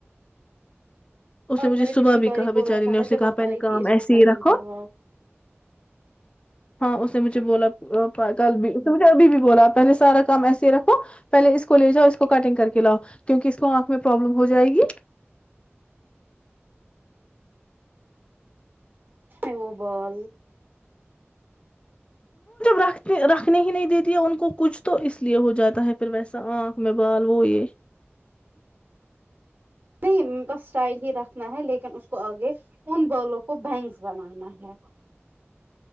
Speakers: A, on the left; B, on the right.
A: اس
B: آپ
A: نے مجھے
B: میں
A: صبح
B: پچھلی
A: بھی
B: بار
A: کہا
B: ہی بولا
A: بچاری
B: تھا
A: نے
B: نا
A: اسے
B: جب
A: کہا
B: آپ
A: پہ
B: آئی
A: کام
B: تھی اس کو
A: ایسے
B: کٹنگ
A: ہی رکھو
B: کرواؤ
A: ہاں اس نے مجھے بولا کل بھی اس نے مجھے ابھی بھی بولا پہلے سارا کام ایسا کے رکھو پہلے اس کو لے جاؤ اس کو کٹنگ کر کے لاؤ کیونکہ اس کو آنکھ میں پروابلم ہو جائے گی
B: وہ بال <unintelligible> <inaudible>
A: رکھ رکھنے ہی نہیں دیتی ہے ان کو کچھ تو اس لیے ہو جاتا ہے پھر ویسا آنکھ میں بال وہ یہ
B: نہیں بس اسٹائل ہی رکھنا ہے لیکن اس کو آگے ان بالوں کو بینگس بنانا ہے